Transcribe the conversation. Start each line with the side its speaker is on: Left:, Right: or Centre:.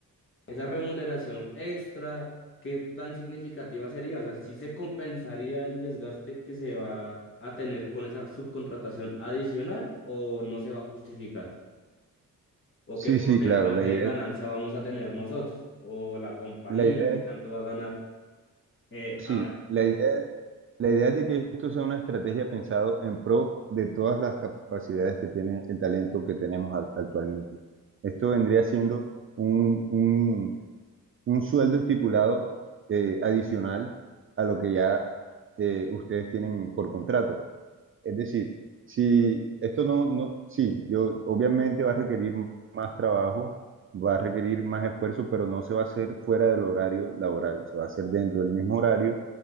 Left: esa remuneración extra, ¿qué tan significativa sería? O sea, si se compensaría el desgaste que se va a tener con esa subcontratación adicional o no se va a justificar? ¿O
Right: Sí,
Left: qué porcentaje
Right: sí, claro, la idea,
Left: de ganancia vamos a tener nosotros? ¿O la compañía
Right: la idea,
Left: qué
Right: es-
Left: tanto va a ganar? Eh,
Right: sí,
Left: ahora,
Right: la idea, la idea es de que esto sea una estrategia pensado en pro de todas las capacidades que tiene el talento que tenemos al- actualmente. Esto vendría siendo un, un- un sueldo estipulado eh, adicional a lo que ya eh, ustedes tienen por contrato. Es decir, si esto no, no, sí, yo obviamente va a requerir más trabajo, va a requerir más esfuerzo, pero no se va a hacer fuera del horario laboral, se va a hacer dentro del mismo horario.